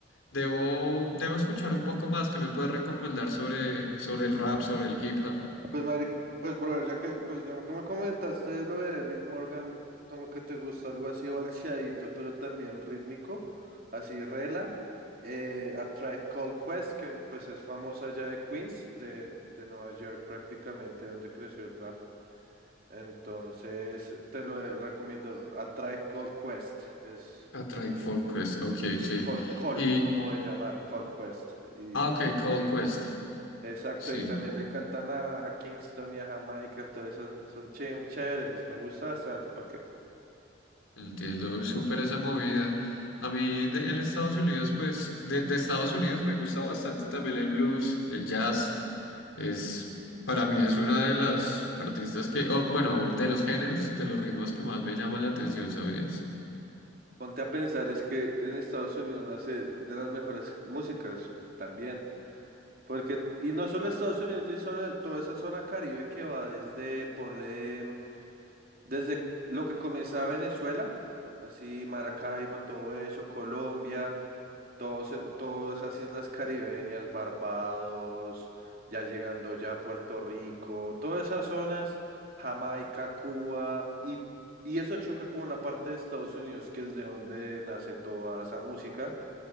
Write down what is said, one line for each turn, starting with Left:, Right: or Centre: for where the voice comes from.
Left: debo, debo escuchar un poco más. ¿Qué me puedes recomendar sobre, sobre el rap, sobre el hip hop?
Right: Pues, madre, pues, brother, ya que, pues, ya que me comentaste lo de Rick Morgan, como que te gusta algo así balcheadito, pero también rítmico, así rela. Eh, A Tribe Called Quest, que pues es famosa allá de Queens, de, de Nueva York prácticamente, donde creció el rap. Entonces, te lo recomiendo, A Tribe Called Quest, es...
Left: A Tribe Called Quest, ok, sí.
Right: Cold, Cold,
Left: Y,
Right: como de llamar, Cold Quest, y
Left: ah, ok,
Right: es
Left: Cold
Right: bonita.
Left: Quest,
Right: Exacto,
Left: sí,
Right: y también le cantan a, a Kingston y a Jamaica, entonces son, son ché- chéveres, me gusta bastante, ¿para qué?
Left: entiendo súper esa movida. A mí de, en Estados Unidos, pues, de, de Estados Unidos me gusta bastante también el blues, el jazz. Es, para mí es una de las artistas que, oh, bueno, un- de los géneros, de los ritmos que más me llaman la atención, ¿sabías?
Right: Ponte a pensar, es que en Estados Unidos nace de las mejores músicas también, porque, y no solo Estados Unidos, sí, son- toda esa zona Caribe que va desde, ponle... Desde lo que comenzaba Venezuela, así Maracaibo, todo eso, Colombia, todos, e- todas esas islas caribeñas, Barbados, ya llegando ya a Puerto Rico, todas esas zonas, Jamaica, Cuba, y, y eso choca con una parte de Estados Unidos, que es de donde nace toda esa música,